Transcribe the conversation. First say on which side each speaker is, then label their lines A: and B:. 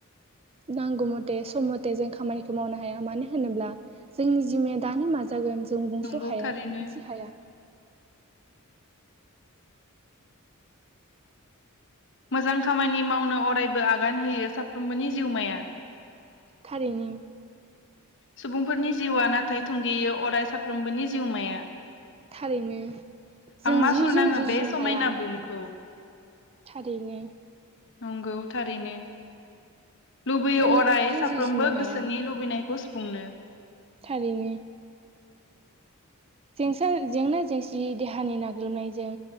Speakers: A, on the right; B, on the left.
A: नांगौ मथे सम मथे जों खामानिखौ मावनो हाया मानो होनोब्ला। जोंनि जिमाया दानो मा जागोन जों बुंस'
B: नंगौ
A: हाया
B: थारैनो
A: मोनथि हाया।
B: मोजां खामानि मावनो अरायबो आगान होयो साफ्रोमबोनि जिउमाया।
A: थारैनो।
B: सुबुंफोरनि जिउआ नाथाय थुंगेयो अराय साफ्रोमबोनि जिउमाया।
A: थारैनो जों
B: हांमा
A: जिउजों
B: सुर नाङो
A: जुजिनो
B: बे समायना
A: हाया
B: बुहुमखौ।
A: थारैनो।
B: नंगौ थारैनो। लुबैयो
A: जोङो
B: अराय
A: जिउजों
B: साफ्रोमबो
A: जुजिनो हाया
B: गोसोनि लुबैनायखौ सुफुंनो।
A: थारैनो जेंसा जेंना जेंसि देहानि नाग्लोबनायजों